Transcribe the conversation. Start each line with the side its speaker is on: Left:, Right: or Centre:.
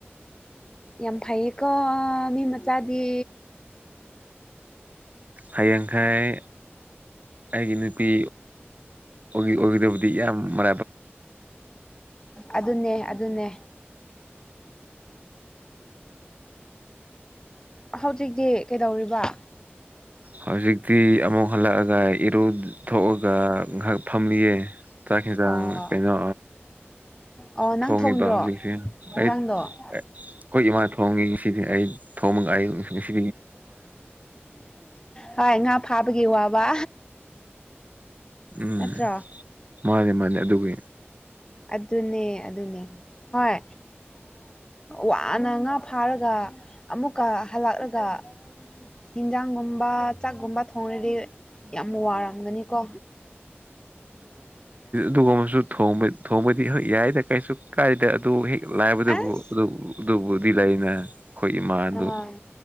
Left: ꯌꯥꯝ ꯐꯩꯌꯦꯀꯣ ꯃꯤ ꯃꯆꯥꯗꯤ
Right: ꯍꯌꯦꯡꯈꯥꯏ ꯑꯩꯒꯤ ꯅꯨꯄꯤ ꯑꯣ ꯑꯣꯗꯕꯗꯤ ꯌꯥꯝ ꯃ
Left: ꯑꯗꯨꯅꯦ ꯑꯗꯨꯅꯦ ꯍꯧꯖꯤꯛꯇꯤ ꯀꯩꯗꯧꯔꯤꯕ
Right: ꯍꯧꯖꯤꯛꯇꯤ ꯑꯃꯨꯛ ꯍꯜꯂꯛꯑꯒ ꯏꯔꯨ ꯊꯣꯛꯑꯒ ꯉꯥꯏꯍꯥꯛ ꯐꯝꯂꯤꯌꯦ ꯆꯥꯛ ꯍꯖꯥꯡ
Left: ꯑꯣ
Right: ꯀꯅ
Left: ꯑꯣ ꯅꯪ
Right: ꯊꯣꯡꯉꯤꯕ
Left: ꯊꯣꯡꯗ꯭ꯔꯣ
Right: ꯍꯧꯖꯤꯛꯁꯦ
Left: ꯏꯟꯖꯥꯡꯗꯣ
Right: ꯑꯩ ꯑꯩꯈꯣꯏ ꯏꯃꯥ ꯊꯣꯡꯉꯤꯁꯤꯗꯤ ꯑꯩ ꯊꯣꯡꯝ ꯀꯥꯏꯁꯤ
Left: ꯑ ꯉ ꯉꯥ ꯐꯥꯕꯒꯤ ꯋꯥꯕ
Right: ꯎꯝ
Left: ꯅꯠꯇ꯭ꯔꯣ
Right: ꯃꯥꯅꯦ ꯃꯥꯅꯦ ꯑꯗꯨꯕꯨ
Left: ꯑꯗꯨꯅꯦ ꯑꯗꯨꯅꯦ ꯍꯣꯏ ꯋꯥꯅ ꯉꯥ ꯐꯥꯔꯒ ꯑꯃꯨꯛꯀ ꯍꯜꯂꯛꯂꯒ ꯍꯤꯟꯖꯥꯡꯒꯨꯝꯕ ꯆꯥꯛꯀꯨꯝꯕ ꯊꯣꯡꯔꯗꯤ ꯌꯥꯝ ꯋꯥꯔꯝꯒꯅꯤꯀꯣ
Right: ꯗꯨꯒꯒꯁꯨ ꯊꯣꯡꯕꯗꯤ ꯍꯣꯏ ꯌꯥꯏꯗ ꯀꯩꯁꯨ ꯀꯥꯏꯗ ꯑꯗꯨ ꯍꯦꯛ ꯂꯥꯏꯕꯗꯕꯨ
Left: ꯑꯁ
Right: ꯑꯗꯨ ꯑꯗꯨꯕꯨꯗꯤ ꯂꯩ ꯑꯩꯅ ꯑꯩꯈꯣꯏ ꯏꯃꯥ ꯑꯗꯨ
Left: ꯑꯥ